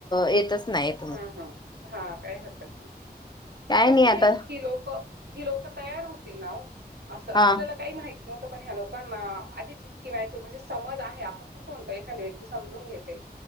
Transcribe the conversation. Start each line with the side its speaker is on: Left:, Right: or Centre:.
Left: येतच नाहीत
Right: हम हम हा काय हरकत नाही
Left: काय
Right: कस
Left: नाही
Right: आहे
Left: आता
Right: हि लोक ही लोक तयार होतील ना असं आपल्याला
Left: हा
Right: काही माहित नव्हत पण ह्या लोकांना आधीच किंवा म्हणजे समज आहे आपण तसं म्हणतो एखादी व्यक्ती समजून घेते